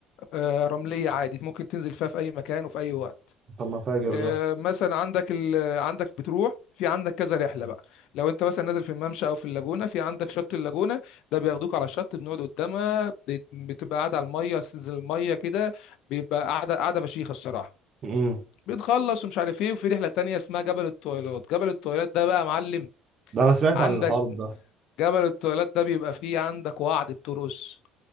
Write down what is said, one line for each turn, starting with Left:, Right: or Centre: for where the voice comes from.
Left: آه، رملية عادي ممكن تنزل فيها في أي مكان وفي أي وقت
Right: طب ما فاجر
Left: آه،
Right: ده
Left: مثلا عندك ال... عندك بتروح في عندك كذا رحله بقى لو انت مثلا نازل في الممشى او في اللاجونه في عندك شط اللاجونه ده بياخدوك على الشط بنقعد قدامها بت- بتبقى قاعده على الميه بتنزل الميه كده بيبقى قاعده قاعده فشيخه الصراحه
Right: امم
Left: بنخلص ومش عارف ايه وفي رحله تانية اسمها جبل الطويلات جبل الطويلات ده بقى يا معلم
Right: ده انا سمعت
Left: عندك
Right: عن الحوار ده
Left: جبل الطويلات ده بيبقى فيه عندك وعد بترقص